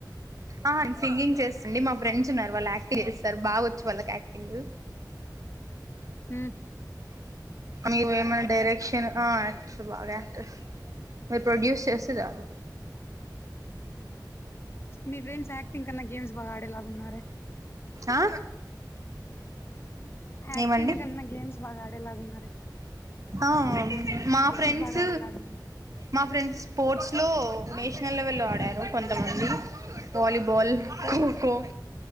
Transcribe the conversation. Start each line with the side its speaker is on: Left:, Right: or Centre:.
Right: ఆ సింగింగ్ చేస్తండి మా ఫ్రెండ్స్ ఉన్నారు వాళ్ళు యాక్టింగ్ చేస్తారు బాగా వచ్చు వాళ్ళకి యాక్టింగ్
Left: హ
Right: మీరు ఏమన్నా డైరెక్షన్ యాక్టర్ బాగా యాక్టర్స్ మీరు ప్రొడ్యూస్ చేస్త జాల
Left: మీ ఫ్రెండ్స్ యాక్టింగ్ కన్నా గేమ్స్ బాగా ఆడేలాగాన్నారు
Right: ఆ
Left: యాక్టింగ్
Right: ఏమండి
Left: కన్నా గేమ్స్ బాగా ఆడేలాగా ఉన్నార
Right: అ మా ఫ్రెండ్స్
Left: బాగా ఆడేలాగా ఉన్నారు
Right: మా ఫ్రెండ్స్ స్పోర్ట్స్ స్లో నేషనల్ లెవెల్లో ఆడాలారు కొంతమంది
Left: హ్మ్
Right: వాలీబాల్
Left: ఓ
Right: ఖోఖో